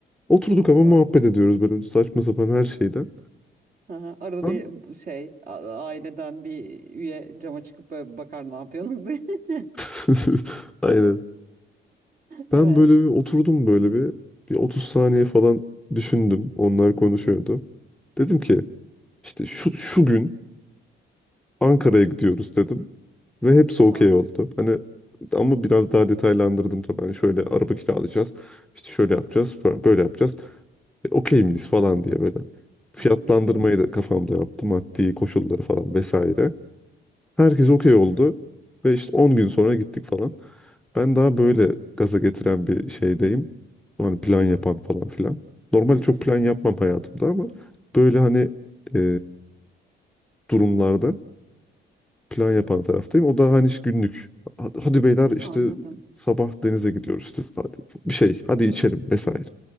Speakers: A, in the centre; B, on the right (about 45°).
A: Oturduk
B: tamam.
A: ama muhabbet ediyoruz böyle saçma sapan her şeyden.
B: Aha, arada
A: Ben...
B: bir şey a- aileden bir üye cama çıkıp böyle bir bakar ne yapıyorsunuz diye. <laughs>
A: <laughs> Aynen. Ben
B: Evet.
A: böyle bir oturdum böyle bir bir 30 saniye falan düşündüm. Onlar konuşuyordu. Dedim ki işte şu şu gün Ankara'ya gidiyoruz dedim. Ve hepsi
B: Tamam.
A: okey oldu. Hani ama biraz daha detaylandırdım tabii. Hani şöyle araba kiralayacağız. İşte şöyle yapacağız falan, böyle yapacağız. E, okey miyiz falan diye böyle. Fiyatlandırmayı
B: Hı hı.
A: da kafamda yaptım. Maddi koşulları falan vesaire. Herkes okey oldu. Ve işte 10 gün sonra gittik falan. Ben daha böyle gaza getiren bir şeydeyim. Hani plan yapan falan filan. Normalde
B: Hı hı.
A: çok plan yapmam hayatımda ama böyle hani e, durumlarda plan yapan taraftayım. O da hani işte günlük. Ha- Hadi beyler işte
B: Anladım.
A: sabah denize gidiyoruz işte hadi bir şey hadi içelim vesaire.